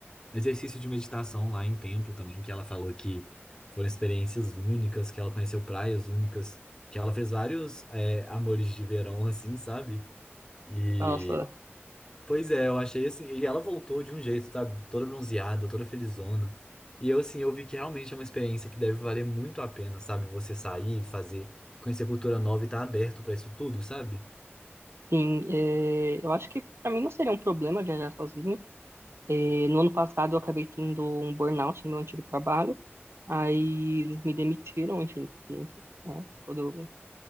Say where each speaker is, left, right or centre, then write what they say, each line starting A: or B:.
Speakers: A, on the left; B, on the right.
A: exercício de meditação lá em templo também, que ela falou que foram experiências únicas, que ela conheceu praias únicas, que ela fez vários é, amores de verão, <laughs> assim, sabe? E,
B: Nossa,
A: pois é, eu achei assim, e ela voltou de um jeito, sabe? Toda bronzeada, toda felizona. E eu, assim, eu vi que realmente é uma experiência que deve valer muito a pena, sabe? Você sair, fazer, conhecer cultura nova e estar aberto para isso tudo, sabe?
B: sim, é, eu acho que pra mim não seria um problema viajar sozinho. É, no ano passado eu acabei tendo um burnout no meu antigo trabalho. Aí eles me demitiram, enfim, enfim, né? Todo,